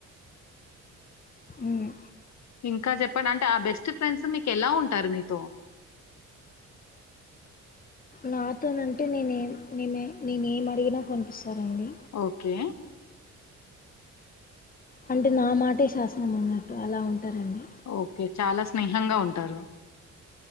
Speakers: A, on the left; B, on the left.
A: ఉమ్
B: ఇంకా చెప్పండి అంటే ఆ బెస్ట్ ఫ్రెండ్స్ మీకు ఎలా ఉంటారు మీతో
A: నాతోనంటే నేనేం నే నేనే ఏం అడిగినా కోనిపిస్తారండి.
B: ఓకే.
A: అంటే నా మాటే శాసనం అన్నట్టు అలా ఉంటారండి.
B: ఓకే. చాలా స్నేహంగా ఉంటారు.